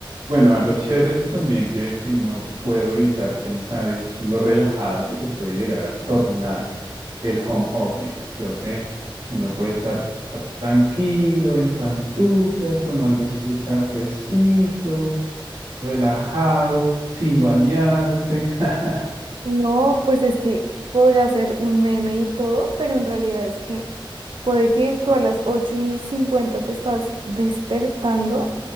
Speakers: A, on the right; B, on the right.
A: Bueno, algo chévere también que, que no puedo evitar pensar es lo relajado que se puede llegar a tornar el home office. Creo que uno puede estar tranquilo, en pantuflas, tomándose su cafecito, relajado, sin bañarse. <laughs>
B: No, pues es que puedo hacer un meme y todo, pero en realidad es que puede que tú a las 8 y 50 te estás despertando,